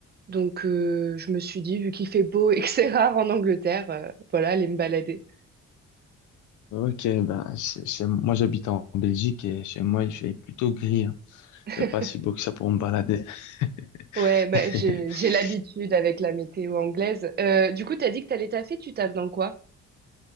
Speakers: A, on the right (about 35°); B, on the left (about 75°).
A: Donc euh, je me suis dit, vu qu'il fait beau et que c'est rare en Angleterre, euh, voilà, aller me balader.
B: Ok, ben, chez- chez- moi, j'habite en Belgique et chez moi, il fait plutôt gris. Hein.
A: <laughs>
B: C'est pas si beau que ça pour me balader.
A: Ouais,
B: <laughs>
A: bah j'ai j'ai l'habitude avec la météo anglaise. Euh, du coup, t'as dit que t'allais taffer, tu taffes dans quoi?